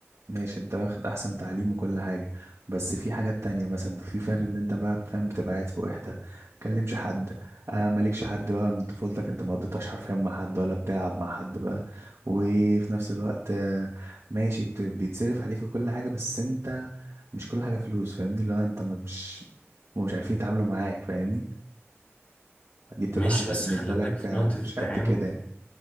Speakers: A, on the right; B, on the left.
A: ماشي انت واخد احسن تعليم وكل حاجة بس في حاجات تانية مثلا في فرق ان انت بقى فاهم بتبقى قاعد في وحدة متكلمش حد آه مالكش حد بقى من طفولتك انت ما قضيتهاش حرفيا مع حد ولا بتلعب مع حد بقى وفي نفس الوقت آه ماشي بت- بيتصرف عليك وكل حاجة بس انت مش كل حاجة فلوس فاهمني اللي هو انت ما- مش مش عارفين يتعاملوا معاك فاهمني دي بتبقى
B: ماشي
A: حاجة
B: بس
A: بالنسبة
B: خلي بالك
A: لك
B: في
A: آه،
B: نقطة التعامل
A: مش قد كده يعني.